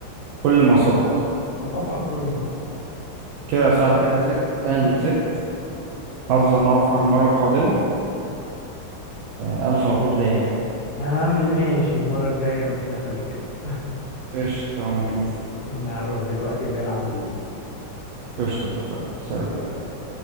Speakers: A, on the right; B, on the left.
A: كل ما سبق
B: لا طبعا كل مسابقة
A: كده يا صاحبي 3 0 انا اللي
B: <laughs>
A: كسبت حظا اوفر المرة القادمة والف مبروك ليا يعني
B: يا عم ماشي المرة الجاية مش هخليك تكسب
A: قشطة اما نشوف
B: <laughs> أنا هروح دلوقتي بنلعب بالليل
A: قشطة اتفقنا سلام
B: يلا سلام